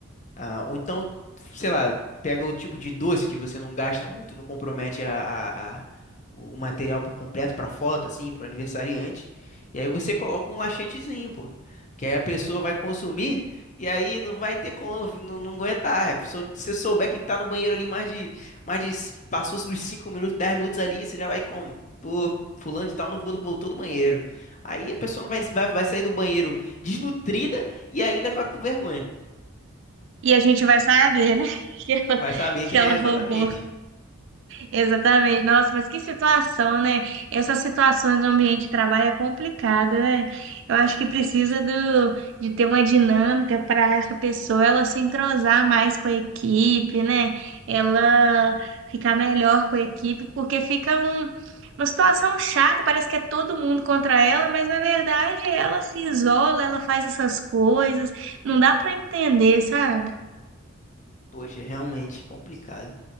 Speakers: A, on the left; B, on the right.
A: Ah, ou então, sei lá, pega o tipo de doce que você não gasta muito, não compromete a, a- a- o material por completo para foto, assim, para o aniversariante. E aí você coloca um laxantezinho, pô. Que aí a pessoa vai consumir e aí não vai ter como, não, não aguentar. A pessoa- Se você souber quem tá no banheiro ali mais de, mais de, passou dos 5 minutos, 10 minutos ali, você já vai com, pô, fulano de tal não vou- voltou do banheiro. Aí a pessoa vai, vai, vai sair do banheiro desnutrida e ainda com, com vergonha.
B: E a gente vai saber, né, <laughs> que ela,
A: Vai saber
B: que
A: quem
B: ela
A: é
B: roubou
A: exatamente.
B: Exatamente. Nossa, mas que situação, né? Essas situações no ambiente de trabalho é complicado, né? Eu acho que precisa do, de ter uma dinâmica para essa pessoa ela se entrosar mais com a equipe, né? Ela ficar melhor com a equipe, porque fica um, uma situação chata, parece que é todo mundo contra ela, mas na verdade ela se isola, ela faz essas coisas, não dá para entender, sabe?
A: Poxa, realmente complicado.